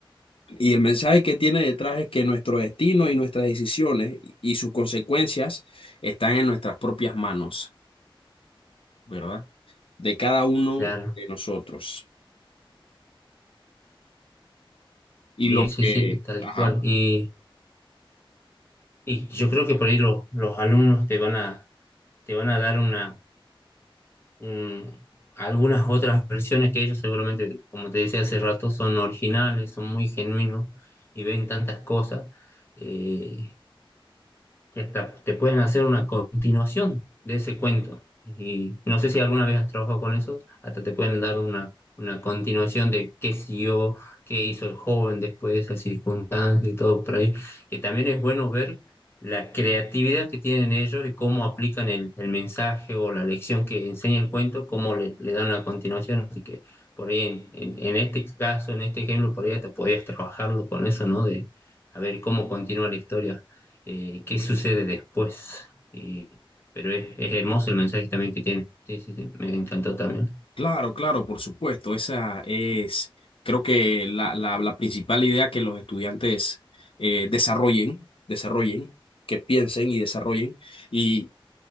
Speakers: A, on the left; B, on the left.
A: Y el mensaje que tiene detrás es que nuestro destino y nuestras decisiones y y sus consecuencias están en nuestras propias manos, ¿verdad? De cada uno
B: claro.
A: de nosotros. Y
B: Bien,
A: lo
B: sí,
A: que,
B: sí, tal
A: ajá.
B: cual. Y Y yo creo que por ahí los, los alumnos te van a, te van a dar una, un- algunas otras versiones que ellos seguramente, como te decía hace rato, son originales, son muy genuinos y ven tantas cosas. Eh, que hasta te pueden hacer una continuación de ese cuento. Y no sé si alguna vez has trabajado con eso, hasta te pueden dar una, una continuación de qué siguió, qué hizo el joven después de esa circunstancia y todo por ahí, que también es bueno ver la creatividad que tienen ellos y cómo aplican el, el mensaje o la lección que enseña el cuento, cómo le, le dan una continuación. Así que por ahí en, en, en este caso, en este ejemplo, por ahí hasta podías trabajarlo con eso, ¿no? De a ver cómo continúa la historia eh, qué sucede después. Y- pero es, es hermoso el mensaje también que tiene. Sí, sí, sí, me encantó también.
A: Claro, claro, por supuesto. Esa es, creo que la, la, la principal idea que los estudiantes eh, desarrollen, desarrollen, que piensen y desarrollen y